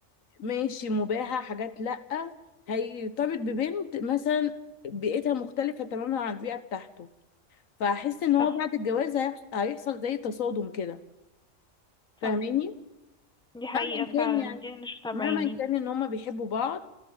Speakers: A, on the left; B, in the centre.
A: ماشي مباحة حاجات لأ هيرتبط ببنت مثلا بيئتها مختلفة تماما عن البيئة بتاعته فهحس ان هو
B: صح
A: بعد الجواز هيحص- هيحصل زي تصادم كده فاهماني
B: صح دي حقيقة
A: مهما كان
B: فعلا
A: يعني
B: دي انا شفتها
A: مهما
B: بعيني
A: كان ان هما بيحبوا بعض